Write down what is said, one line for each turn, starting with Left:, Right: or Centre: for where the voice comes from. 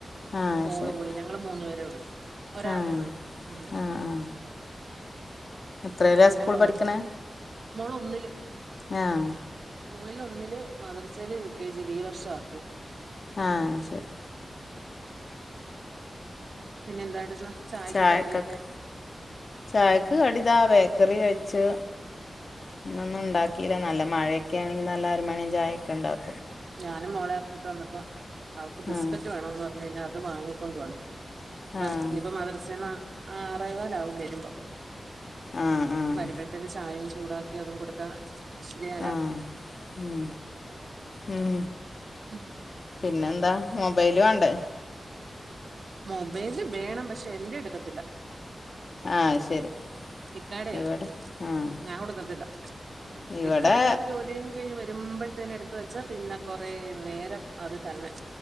Left: ആഹ്
Right: മോള്
Left: ശരി
Right: പോയി ഞങ്ങള് മൂന്ന പേരെ ഉള്ളൂ ഒരാളെ
Left: ആഹ്
Right: ഉള്ളൂ ഉം
Left: ആഹ് ആഹ് എത്രേലാ
Right: എന്തിനാ
Left: സ്കൂൾ
Right: മോള്
Left: പഠിക്കണേ
Right: മോള് ഒന്നില്
Left: ആഹ്
Right: സ്കൂളിൽ ഒന്നില് മദർസയില് യു കെ ജില് ഈ വർഷാ ആക്കിയേ
Left: ആ അയ് ശരി
Right: പിന്നെ എന്താട്ടുന്ന ചായക്ക്
Left: ചായക്കൊക്കെ
Right: കടിയൊക്കെ
Left: ചായക്ക് കടിതാ ബേക്കറി കഴിച്ച് പിന്നൊന്നും ഉണ്ടാക്കിയില്ല നല്ല മഴ ക്കെ ആണെങ്കി നല്ല ആറ്മണി ചായൊക്കെണ്ടവും
Right: ഞാനും മോളെ ആക്കിട്ട് വന്നപ്പം അവക്ക് ബിസ്ക്കറ്റ്
Left: ആഹ്
Right: വേണംന്ന് പറഞ്ഞ് കഴിഞ്ഞ അത് വാങ്ങി കൊണ്ടുവന്നു അപ്പം
Left: ആഹ്
Right: ഇനിപ്പം മദ്രസ്സേന്ന ആറേ കാല് ആകും വരുമ്പം
Left: ആഹ് ആഹ്
Right: വരുമ്പോഴത്തേക്കും ചായയും ചൂടാക്കി അതും കൊടുക്ക <unintelligible>
Left: ആഹ് ഉം ഉം
Right: ഉം
Left: പിന്നെ എന്താ മൊബൈല് വാണ്ടേ
Right: മൊബൈല് വേണം പക്ഷെ എന്റെ എടുക്കത്തില്ല
Left: ആഹ് ശരി
Right: ഇക്കാടയാ
Left: ഇവിടെ ആഹ്
Right: ഞാൻ കൊടുക്കത്തില്ല
Left: ഇവിടെ
Right: ഇക്കാ ഇങ്ങോട്ട് ജോലിയ കഴിഞ്ഞ് വരുമ്പോഴത്തേന എടുത്ത് വെച്ചാ പിന്നെ കൊറേ നേരം അത് തന്നെ